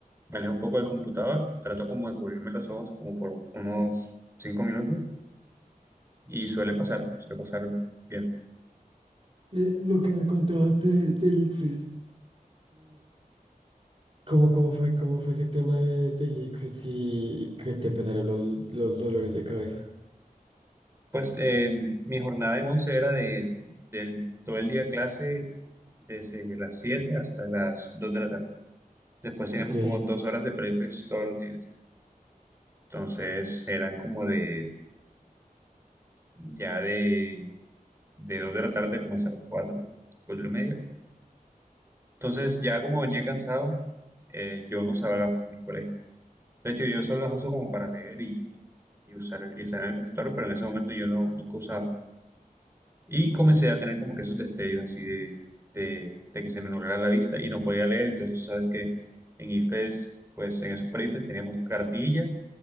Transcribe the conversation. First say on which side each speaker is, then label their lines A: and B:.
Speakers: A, on the right; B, on the right.
A: me alejo un poco del computador, trato como de cubrirme los ojos como por unos cinco minutos y suele pasar, suele pasar bien.
B: eh, lo que me contabas de, del ICFES. ¿Cómo, cómo fue, cómo fue ese tema de, del Ictus y, y que te empezaron los, los dolores de cabeza?
A: Pues eh, mi jornada en 11 era de, del, todo el día clase desde las 7 hasta las 2 de la tarde. Después teníamos
B: Ok, eh,
A: como dos horas de prefix todos los días. Entonces eran como de ya de, de 2 de la tarde como hasta las 4 4 y media. Entonces, ya como venía cansado, eh, yo no usaba gafas en el colegio. De hecho, yo solo las uso como para leer y, y usar, y estar en el computador, pero en ese momento yo no, nunca usaba. Y comencé a tener como que esos destellos así de, de, de que se me nublara la vista y no podía leer. Entonces, tú sabes que en IFES, pues en esos pre-IFES teníamos cartilla